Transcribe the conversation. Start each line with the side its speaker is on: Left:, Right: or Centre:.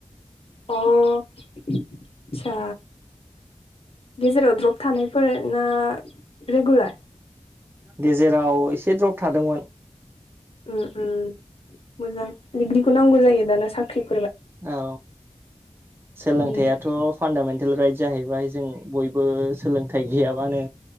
Left: अ आदसा। गेजेराव द्रप थानायफोरना रेगुलार?
Right: गेजेराव एसे द्रप थादोंमोन।
Left: ओम-ओम मोजां डिग्रिखौ नांगौ जायो दाना साख्रि।
Right: औ सोलोंथाइआथ'
Left: उम
Right: फान्दामेन्टेल राइट जाहैबाय जों बयबो थाइ गैयाबानो